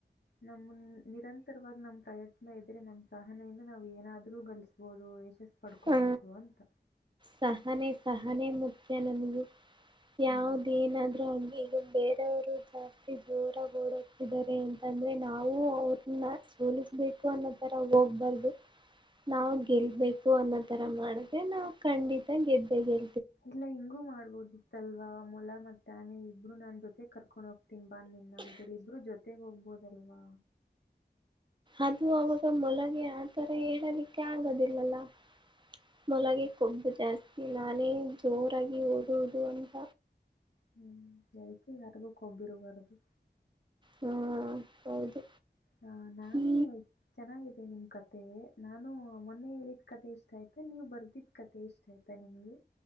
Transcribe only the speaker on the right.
ಹ
ಸಹನೆ, ಸಹನೆ ಮುಖ್ಯ ನಮಗೆ. ಯಾವ್ದು,
ಏನಾದರೂ ಇದು ಬೇರು? ಒಟ್ಟುರಿ, ಜಾಸ್ತಿ ಜೋರು, ಓಡಿಯೋಗುತ ಇದಾರೆ ಅಂತಂದ್ರೆ. ನಾವು ಅವ್ರನ್ನ ಸೋಲಿಸ್ಬೇಕು ಅನ್ನೋ ತರ ಹೋಗ್ಬಾರ್ದು ನಾವ್ ಗೆಲ್ಬೇಕು ಅನ್ನೋ ತರ ಮಾಡಿದ್ರೆ, ನಾವು ಖಂಡಿತ, ಗೆದ್ದೆಗೆ
ಅದು ಅವಾಗ ಮೊಲಗೆ, ಆತರ ಹೇಳಲಿಕ್ಕೆ ಆಗದಿಲ್ಲಲ್ಲ ನಾಮೊಲಗೆ ಕೊಬ್ಬು ಜಾಸ್ತಿ ನಾನೇ ಜೋರಾಗಿ ಓಡುವುದು ಅಂತ.
ಹಾ, ಹೌದು.
ಈ